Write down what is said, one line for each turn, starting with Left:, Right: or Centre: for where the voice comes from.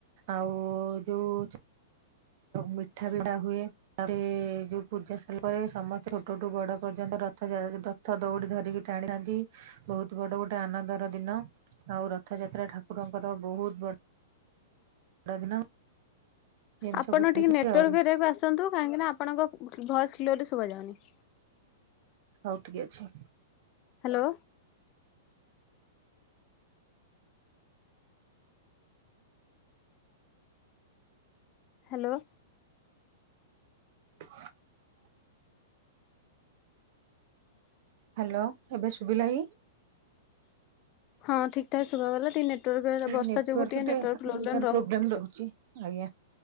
Right: ଆଉ ଯୋଉ ମିଠା ବିଡ଼ା ହୁଏ। ତାରେ ଯୋଉ ପୂଜା ସରିଲା ପରେ ସମସ୍ତେ ଛୋଟଠୁ ବଡ ପର୍ଯ୍ୟନ୍ତ ରଥ ଯାତ ରଥ ଦୌଡି ଧରିକି ଟାଣିଥାନ୍ତି ବହୁତୁ ବଡ ଗୋଟେ ଆନନ୍ଦର ଦିନ। ଆଉ ରଥଯାତ୍ରା ଠାକୁରଙ୍କର ବହୁତୁ ବଡ ବଡ଼ ଦିନ। ଏମିତି
Left: ଆପଣ
Right: ସବୁ
Left: ଟିକେ
Right: ରହିଛି
Left: ନେଟୱାର୍କ
Right: ଆଉ
Left: ଏରିଆକୁ ଆସନ୍ତୁ କାହିଁକିନା ଆପଣଙ୍କ ଭଏସ୍ କ୍ଲୋଲି ଶୁଭାଯାଉନି।
Right: ହଉ ଠିକି ଅଛି।
Left: ହ୍ୟାଲୋ। ହ୍ୟାଲୋ।
Right: <inaudible> ହ୍ୟାଲୋ ଏବେ ସୁୁଭିଲା କି?
Left: ହଁ ଠିକ୍ ଠାକ୍ ଶୁଭାଗଲା ଟିକେ ନେଟୱାର୍କ ବର୍ଷା
Right: ନେଟୱାର୍କଟୋର
Left: ଯୋଗୁ ଟିକେ ନେଟୱାର୍କ ପ୍ରୋବ୍ଲେମ୍
Right: ପ୍ରୋବ୍ଲେମ୍ ରହୁଚି ଆଜ୍ଞା।